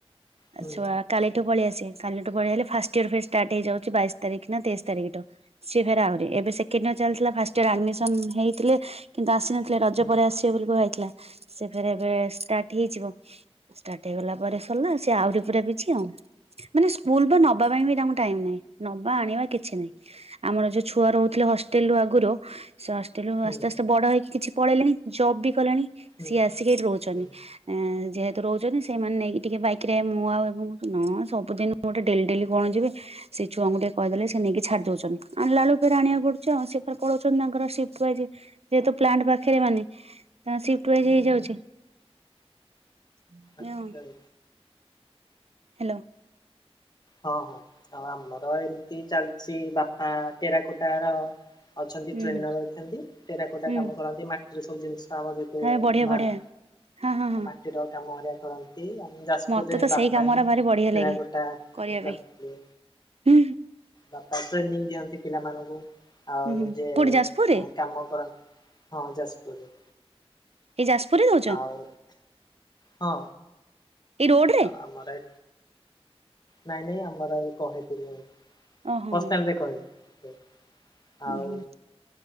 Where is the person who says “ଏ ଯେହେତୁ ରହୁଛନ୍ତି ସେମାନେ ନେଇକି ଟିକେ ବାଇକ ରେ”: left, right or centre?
Right